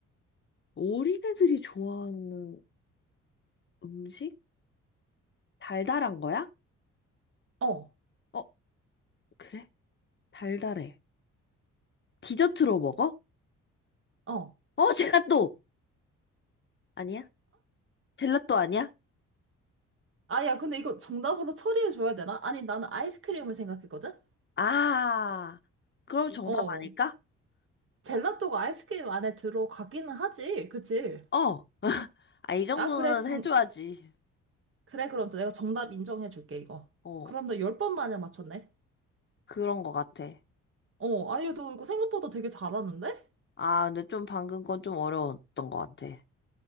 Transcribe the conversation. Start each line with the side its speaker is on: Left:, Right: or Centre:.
Left: 어린애들이 좋아하는 음식? 달달한 거야?
Right: 어,
Left: 어, 그래? 달달해. 디저트로 먹어?
Right: 어.
Left: 어, 젤라또! 아니야? 젤라또 아니야?
Right: 아, 야, 근데 이거 정답으로 처리해줘야 되나? 아니, 나는 아이스크림을 생각했거든?
Left: 아, 그럼 정답
Right: 어.
Left: 아닐까?
Right: 젤라또가 아이스크림 안에 들어가기는 하지. 그치?
Left: 어, 아, 이 정도는
Right: 아, 그래. 정,
Left: 해줘야지.
Right: 그래, 그럼 또 내가 정답 인정해 줄게, 이거.
Left: 어,
Right: 그럼 너 열 번 만에 맞췄네?
Left: 그런 것 같아.
Right: 어, 아유, 너 이거 생각보다 되게 잘하는데?
Left: 아, 근데 좀 방금 건 좀 어려웠던 것 같아.